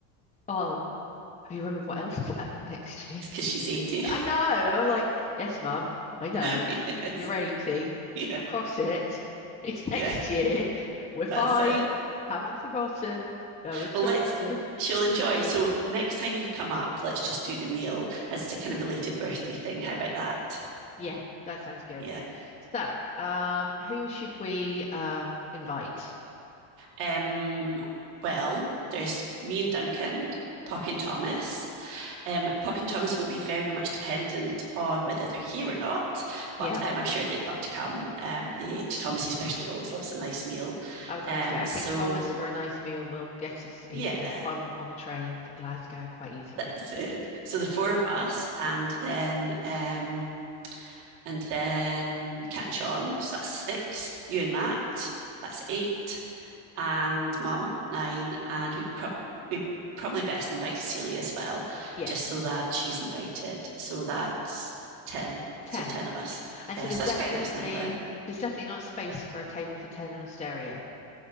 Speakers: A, on the left (about 20°); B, on the right (about 80°).
A: "Oh, have you remembered what else is happening next <laughs> year?"
B: it's because she's 80.
A: I know. And I'm like, yes, mum, I know.
B: <laughs> yes,
A: You're 80.
B: yeah,
A: Across it. <laughs> It's next
B: yeah,
A: year. We're fine.
B: that's it.
A: Haven't forgotten. No one's
B: Well,
A: forgotten.
B: let's. She'll enjoy. So next time you come up, let's just do the meal as a kind of belated birthday thing. How about that?
A: Yeah, that sounds good.
B: Yeah.
A: So, um, who should we um invite?
B: Um, well, there's me and Duncan, Poppy and Thomas. Um, Poppy and Thomas will be very much dependent on whether they're here or not, but
A: Yeah,
B: um, I'm sure they'd love to come. Um, they, Thomas especially always loves a nice meal.
A: I was going
B: Um,
A: to say, I
B: so
A: think Thomas for a nice meal will get his his
B: yeah,
A: his bum on a train from Glasgow quite easily.
B: that's it. So the four of us, and then um, and then Cat and Sean, so that's six. You and Matt, that's eight. and mum, nine, and we pro- we probably best invite Celia as well,
A: Yes,
B: just so that she's invited. So that's ten.
A: ten.
B: So ten of us.
A: And
B: Yeah,
A: so there's
B: so
A: definitely
B: that's quite a nice number.
A: there's definitely not space for a table for ten in Osteria.